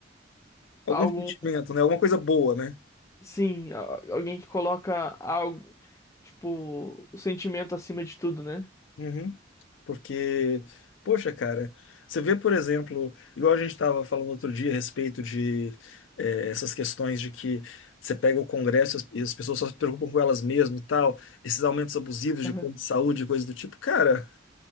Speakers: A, on the left (about 85°); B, on the left (about 15°).
A: Algum
B: Algum,
A: sentimento, né? Alguma coisa boa, né?
B: sim, a- alguém que coloca algo, tipo, o sentimento acima de tudo, né?
A: Uhum. Porque, poxa, cara, você vê, por exemplo, igual a gente estava falando outro dia a respeito de eh, essas questões de que você pega o Congresso e as e as pessoas só se preocupam com elas mesmas e tal, esses aumentos abusivos
B: Aham.
A: de plano de saúde, coisa do tipo, cara,